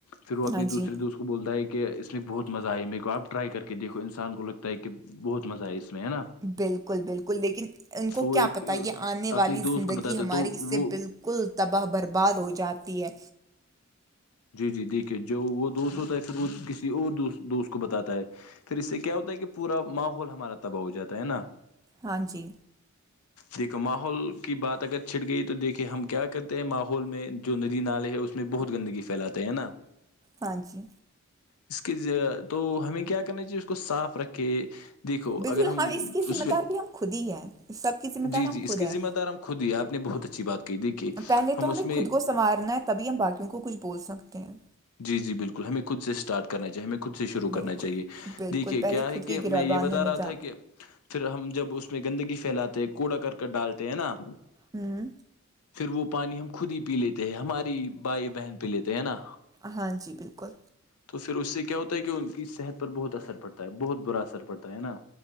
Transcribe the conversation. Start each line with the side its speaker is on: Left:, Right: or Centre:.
Left: پھر وہ اپنی
Right: ہاں جی
Left: دوسرے دو اس کو بولتا ہے کہ اس میں بہت مزہ آیا میرے کو آپ ٹرائی کر کے دیکھو انسان کو لگتا ہے کہ بہت مزہ ہے اس میں ہے نا
Right: بالکل بالکل لیکن ان کو
Left: تو
Right: کیا
Left: ایک
Right: پتہ یہ آنے
Left: اپنے
Right: والی
Left: دوست
Right: زندگی
Left: کو بتاتا
Right: ہماری
Left: ہے تو
Right: اس سے
Left: وہ
Right: بالکل کل تباہ برباد ہو جاتی ہے
Left: جی جی دیکھیے جو وہ دوست ہوتا ہے پھر وہ کسی اور دو دوست کو بتاتا ہے پھر اس سے کیا ہوتا ہے کہ پورا ماحول ہمارا تباہ ہو جاتا ہے نا
Right: ہاں جی
Left: دیکھو ماحول کی بات اگر چھٹ گئی تو دیکے ہم کیا کرتے ہیں ماحول میں جو ندی نالے ہے اس میں میں بہت گندگی پھیلاتے ہیں نا
Right: ہاں جی
Left: اس کے تو ہمیں کیا کرنا چاہیے اس کو صاف رکھے دیکھو
Right: بالکل
Left: اگر ہم
Right: کی ذمہ
Left: اس پہ
Right: دار بھی ہم خود ہی ہیں اس سب کی ذمہ دار
Left: جی
Right: ہم
Left: جی اس
Right: خود
Left: کی
Right: ہیں
Left: ذمہ دار ہم خود ہی آپ نے بہت اچھی بات کی دیکھیے
Right: پہلے
Left: ہم
Right: تو
Left: اس
Right: ہمیں خود
Left: میں
Right: کو سنوارنا ہے تبھی ہم باقیوں کو کچھ بول سکتے ہیں
Left: جی جی بالکل ہمیں کچھس ارٹ کرنا چاہیے ہمیں خود سے شروع
Right: بالکل
Left: کرنا چاہیے
Right: بالکل
Left: دیکھیے
Right: پہلے
Left: کیا ہے
Right: خود کی
Left: کہ
Right: گرابان
Left: میں یہ بتا
Right: ہمیں
Left: رہا
Right: جا
Left: تھا کہ پھر ہم جب اس میں گندگی پھیلاتے ہیں کوڑا کرک ڈالتے ہے نا
Right: ہاں
Left: پھر وہ پانی ہم خود ہی پی لیتے ہیں ہماری بھائی بہن پی لیتے ہے نا
Right: ہاں جی بالکل
Left: تو پھر اس سے کیا ہوتا ہے کہ ان کی صحت پر بہت اثر پڑتا ہے بہت برا اثر پڑتا ہے نا